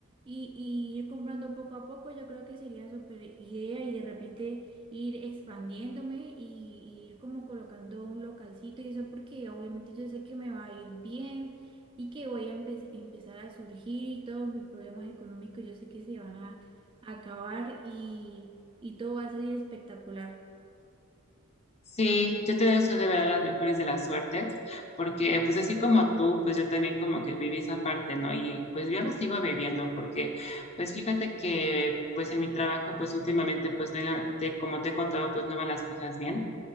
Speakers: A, on the right (about 25°); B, on the left (about 30°).
A: Y, y ir comprando poco a poco, yo creo que sería súper idea y de repente ir expandiéndome y, y ir como colocando un localcito y eso porque obviamente yo sé que me va a ir bien y que voy a empe- empezar a surgir y todos mis problemas económicos yo sé que se van a, acabar y, y todo va a salir espectacular.
B: Sí, yo te deseo de verdad las mejores de las suertes, porque pues así como tú, pues yo también como que viví esa parte, ¿no? Y pues yo la sigo viviendo, porque pues fíjate que pues en mi trabajo pues últimamente pues no, iba- te- como te he contado pues no van las cosas bien,